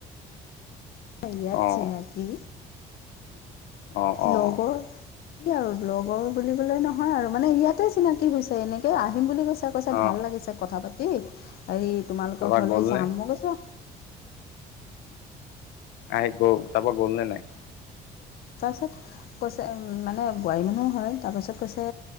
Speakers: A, on the left; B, on the left.
A: ইয়াত
B: অঁ
A: চিনাকি,
B: অঁ অঁ
A: লগৰ কি আৰু লগৰ বুলিবলে নহয় আৰু, মানে ইয়াতে চিনাকি হৈছে, এনেকে আহিম বুলি কৈছে কৈছে
B: অঁ
A: ভাল লাগিছে কথা পাতি, হেৰি তোমালোকৰ
B: তাৰপৰা
A: ঘৰলৈ
B: গ'লনে
A: যাম, মই কৈছোঁ অ'।
B: আহি গ' তাৰ পৰা গ'ল নে নাই?
A: তাৰপিছত কৈছে মানে বোৱাৰী মানুহ হয়, তাৰপিছত কৈছে